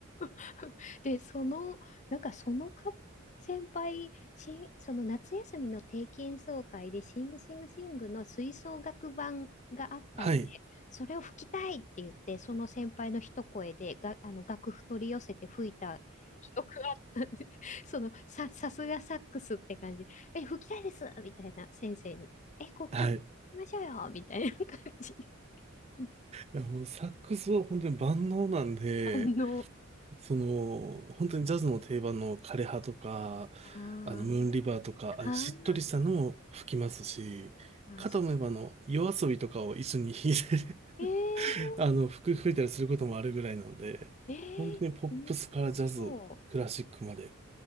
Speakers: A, on the left; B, on the right.
A: <laughs> で、その、なんかそのか先輩、し、その夏休みの定期演奏会で、シングシングシングの吹奏楽版があったんで、
B: はい。
A: それを吹きたいって言って、その先輩の一声でが、あの楽譜取り寄せて吹いた記憶があったんで、<laughs> そのさ、さすがサックスって感じ、え、吹きたいですみたいな先生に、え、こう、これ、
B: はい。
A: 吹きましょうよみたいな感じで、一
B: いや、もうサックスは本当に万能なんで、
A: 般の、
B: その、本当にジャズの定番の枯葉とか、
A: あー
B: あの、ムーンリバーとか、
A: あー、
B: あしっとりしたのも吹きますし、
A: あー、
B: かと思えばあの、夜遊びとかを一緒に弾いて
A: えー
B: <laughs> あの、吹く、吹いたりすることもあるぐらいなんで、
A: ええ面白そ
B: 本当にポップスからジャズ、クラシックまで、